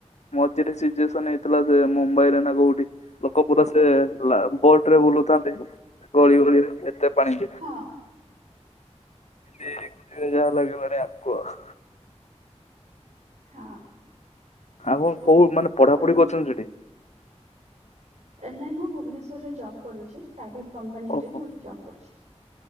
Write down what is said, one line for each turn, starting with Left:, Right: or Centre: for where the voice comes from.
Left: ମଝିରେ ସିଚୁଏସନ୍ ହେଇଥିଲା ସେ ମୁମ୍ବାଇ ରେ ନା କୋଉଠି। ଲୋକ ପୁରା ସେ ହେଲା ବୋଟ୍ ରେ ବୁଲୁଥାନ୍ତି ଗଳି ବଳି ଏତେ ପାଣି।
Right: ହଁ।
Left: ଯେ ଯେ ଯାହା ଲାଗିବଣି ଆଗୁକୁ ଅ।
Right: ହଁ
Left: ଆପଣ
Right: ଆଚ୍ଛା
Left: କୋଉ ମାନେ ପଢାପଢି
Right: ଆପଣଙ୍କୁ
Left: କରୁଛନ୍ତି
Right: କିଏ
Left: ସେଠି
Right: ଆରେ ନାଇଁ ମୁଁ ଭୁବନେଶ୍ୱରରେ ଜବ୍ କରୁଚି ପ୍ରାଇଭେଟ୍ କମ୍ପାନୀରେ
Left: ଓହୋ
Right: ମୁଁ ଏଠି ଜବ୍ କରୁଚି।